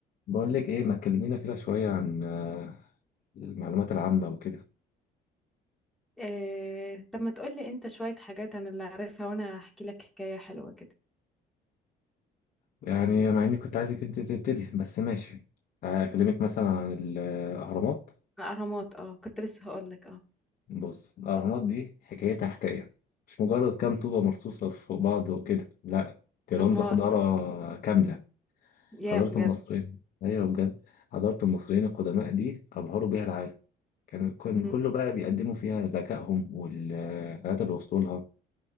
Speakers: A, on the left (about 55°); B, in the centre.
A: بقول لك ايه ما تكلمينا كده شوية عن آه، المعلومات العامة وكده
B: إيه... طب ما تقولي انت شوية حاجات انا اللي عارفها وانا هحكي لك حكاية حلوة كده
A: يعني مع اني كنت عايزك انت تبتدي بس ماشي اكلمك مثلا عن الاهرامات
B: الاهرامات اه كنت لسه هقول لك اه
A: بص الاهرامات دي حكايتها حكاية مش مجرد كام طوبة مرصوصة فوق بعض وكده لا دي رمز
B: امال
A: حضارة كاملة
B: يا
A: حضارة
B: بجد
A: المصريين ايوه بجد حضارة المصريين القدماء دي ابهروا بيها العالم كان كان
B: م-
A: كله بقى بيقدموا فيها ذكائهم والحاجات اللي وصلوا لها